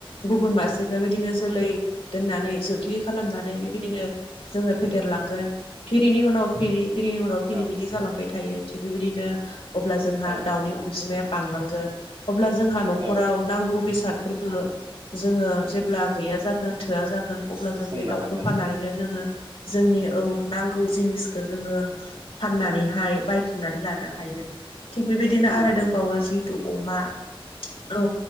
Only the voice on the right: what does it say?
औ
औ
औ
सुफुंनो
हागोन
सुफुंनो
हायो
उम